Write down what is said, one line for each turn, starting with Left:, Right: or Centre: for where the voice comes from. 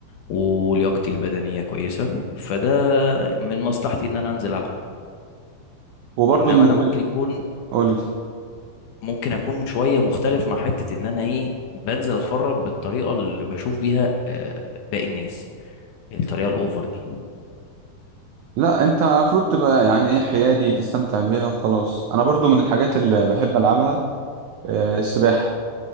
Left: ولياقتي البدنيه كويسه فده من مصلحتي ان انا انزل العب
Right: وبرضه
Left: انما
Right: من
Left: انا ممكن يكون
Right: قول لي.
Left: ممكن اكون شويه مختلف مع حته ان انا ايه بنزل اتفرج بالطريقه اللي بشوف بيها آه، باقي الناس الطريقه الاوفر دي
Right: لا انت المفروض تبقى يعني ايه حيادي تستمتع بيها وخلاص انا برضو من الحاجات اللي بحب العبها آه، السباحه